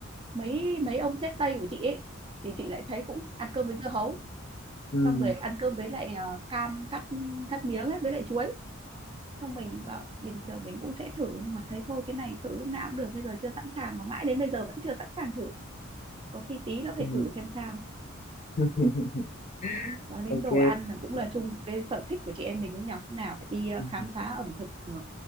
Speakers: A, on the right; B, on the left.
A: mấy mấy ông sếp Tây của chị ấy thì chị lại thấy cũng ăn cơm với dưa hấu
B: ừ
A: xong rồi ăn cơm với lại ờ, cam cắt cắt miếng ấy với lại chuối xong mình bảo bình thường mình cũng sẽ thử nhưng mà thấy thôi cái này thử lúc nào cũng được bây giờ chưa sẵn sàng mà mãi đến bây giờ vẫn chưa sẵn sàng thử có khi tí nó phải
B: ừ
A: thử xem sao
B: <laughs>
A: nói đến
B: ok
A: đồ ăn là cũng là chung cái sở thích của chị em mình ấy nhỉ Lúc nào phải đi ờ,
B: ừ.
A: khám phá ẩm thực ờ,